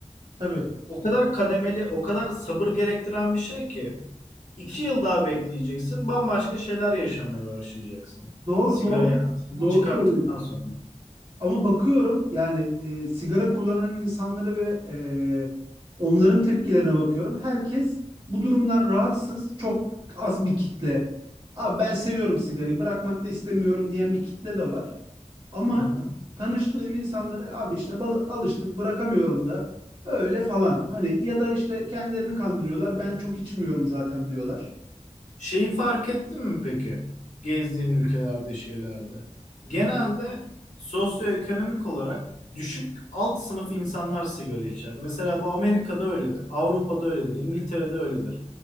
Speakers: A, on the right; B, on the left.
A: tabii.
B: O kadar kademeli, o kadar sabır gerektiren bir şey ki iki yıl daha bekleyeceksin, bambaşka şeyler yaşamaya başlayacaksın.
A: Doğru
B: Sigarayı
A: doğru
B: hayatından
A: doğru
B: çıkarttıktan
A: söylüyorsun.
B: sonra.
A: Ama bakıyorum yani e, sigara kullanan insanlara ve e, onların tepkilerine bakıyorum. Herkes bu durumdan rahatsız. Çok az bir kitle. Abi ben seviyorum sigarayı bırakmak da istemiyorum diyen bir kitle de var. Ama
B: Hı hı.
A: tanıştığım insanlara abi işte bal- alıştık bırakamıyorum da öyle falan. Hani ya da işte kendilerini kandırıyorlar. Ben çok içmiyorum zaten diyorlar.
B: Şeyi fark ettin mi peki? Gezdiğin ülkelerde, şeylerde. Genelde sosyoekonomik olarak düşük alt sınıf insanlar sigara içer. Mesela bu Amerika'da öyledir, Avrupa'da öyledir, İngiltere'de öyledir.